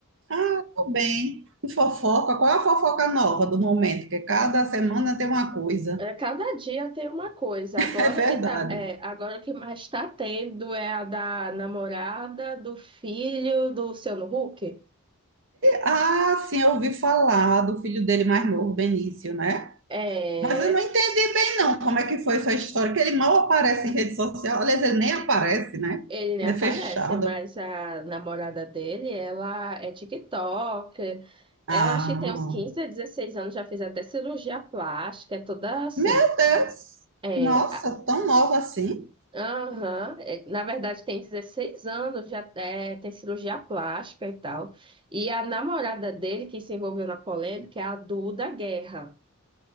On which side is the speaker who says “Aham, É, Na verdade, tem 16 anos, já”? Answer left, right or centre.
Right